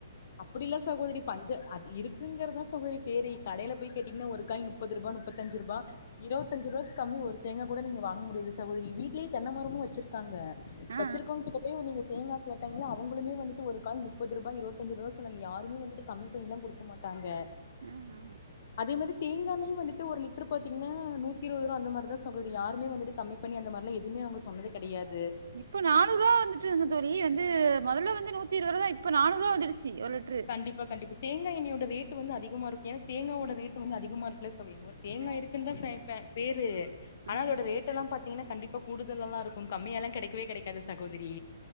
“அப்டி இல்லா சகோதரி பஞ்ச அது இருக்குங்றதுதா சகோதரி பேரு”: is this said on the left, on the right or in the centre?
Left